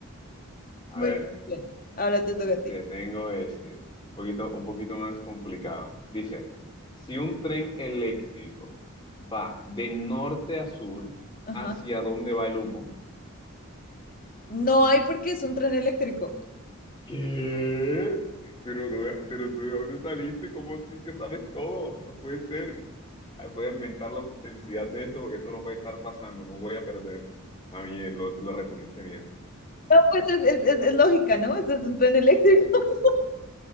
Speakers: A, on the left; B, on the left.
A: A
B: Muy
A: ver,
B: bien. Ahora te toca a ti.
A: te tengo este, un poquito, un poquito más complicado. Dice, si un tren eléctrico va de norte a sur,
B: Ajá.
A: ¿hacia dónde va el humo?
B: No hay porque es un tren eléctrico.
A: ¿Qué? Pero, no- pero tú, ¿de dónde saliste? ¿Cómo así que sabes todo? No puede ser. Ay, Voy a inventar la intensidad de esto porque esto no puede estar pasando, no voy a perder. Está bien, lo, lo respondiste bien.
B: No, pues es, es- es- es lógica, ¿no? Eso es un tren eléctrico. <laughs>